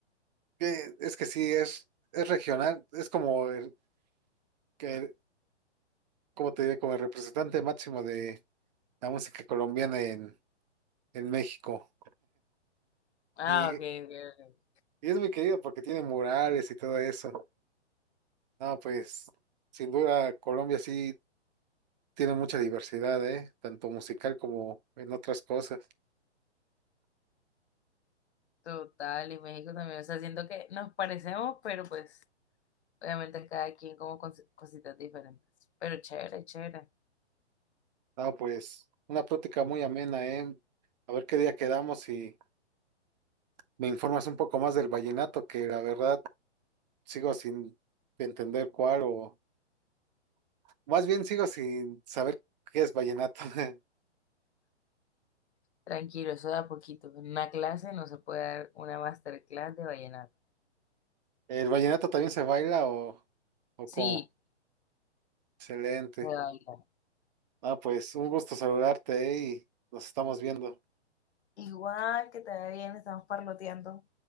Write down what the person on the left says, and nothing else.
Ah,
ok,
ok, ok.
Total, y México también. O sea, siento que nos parecemos, pero pues obviamente cada quien como con cositas diferentes. Pero chévere, chévere.
Tranquilo, eso da poquito. En una clase no se puede dar una masterclass de vallenato.
Sí,
se baila.
Igual que te ve bien, estamos parloteando.